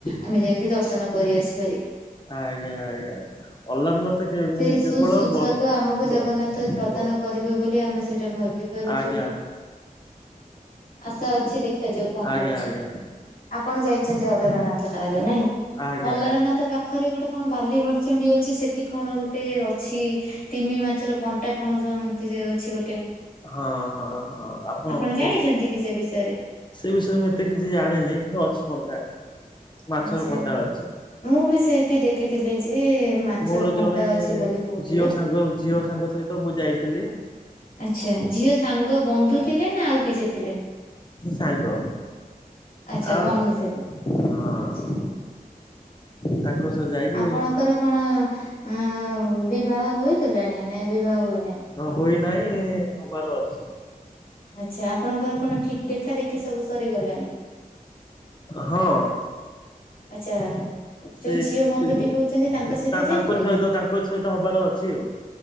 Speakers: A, on the left; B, on the left.
A: ଆମେ ଯାଇକି ଦର୍ଶନ କରି ଆସିିପାରିବୁ।
B: ଆଜ୍ଞା ଆଜ୍ଞା ଅଲାରନାଥ। କେ
A: ସେ
B: କେବଳ
A: ସୁ ସୁଯୋଗ
B: ବ
A: ଆମକୁ
B: ବ
A: ଜଗନ୍ନାଥ ପ୍ରଦାନ
B: ବ
A: କରିବେ ବୋଲି ଆମେ ସେଇଟା ଭାବି ପାରୁଛୁ
B: ଆଜ୍ଞା
A: ଆଶା ଅଛି ଦେଖ ଦେଖାଯାଉ କଣ
B: ଆଜ୍ଞା
A: ହଉଛି?
B: ଆଜ୍ଞା
A: ଆପଣ ଯାଇଛନ୍ତି ଅଲରାନାଥ ତାହେଲେ ନାଇଁ
B: ଆଜ୍ଞା।
A: ଅଲାରନାଥ ପାଖ ପାଖରେ ଗୋଟେ କଣ ବାଲି ହରଚଣ୍ଡୀ ଅଛି ସେଠି କଣ ଗୋଟେ ଅଛି ତିମି ମାଛର କଣ୍ଟା କଣ ଏମିତି ଅଛି ଗୋଟେ
B: ହଁ ହଁ ହଁ
A: ଆପଣ
B: ବହୁ
A: ଜାଣିଛନ୍ତି କି ସେ ବିଷୟରେ?
B: ସେ ବିଷୟରେ ମୁଁ ଏତେ କିଛି ଜାଣେନି କିନ୍ତୁ ଅଛି କଣ୍ଟା ମାଛର
A: ଆଚ୍ଛା
B: କଣ୍ଟା ଅଛି।
A: ମୁଁ ବି ସେଇଠି ଦେଖିଥିଲି ଯେ ମାଛର
B: ମୋର
A: କଣ୍ଟା
B: ଜଣେ
A: ଅଛି ବୋଲି କହୁଥିଲେ।
B: ଝିଅ ସାଙ୍ଗ ଝିଅ ସାଙ୍ଗ ସହିତ ମୁଁ ଯାଇଥିଲି।
A: ଆଚ୍ଛା ଝିଅ ସାଙ୍ଗ ବନ୍ଧୁ ଥିଲେ ନା ଆଉ କିଛି ଥିଲେ?
B: ସାଙ୍ଗ
A: ଆଛା
B: ଆଉ
A: ବନ୍ଧୁ ଥିଲେ।
B: ହଁ
A: ଆଛା
B: ତାଙ୍କ ସହ ଯାଇକି
A: ଆପଣଙ୍କର ହଁ ଅ ବିବାହ ହୋଇଗଲାଣି ନାଇଁ ବିବାହ ହୋଇନାହିଁ?
B: ହୋଇନାହିଁ ହବାର ଅଛି।
A: ଆଚ୍ଛା ଆପଣଙ୍କର କଣ ଠିକ୍ ଦେଖାଦେଖି ସବୁ ସରିଗଲାଣି।
B: ହଁ।
A: ଆଚ୍ଛା।
B: ସେ
A: ଯୋଉ ଝିଅ ବନ୍ଧୁଟି
B: ତାଙ୍କର
A: କହୁଛନ୍ତି ତାଙ୍କ ସହିତ ଯାଇଥିଲେ କି?
B: ସହିତ ତାଙ୍କର ସହିତ ହବାର ଅଛି ଆଉ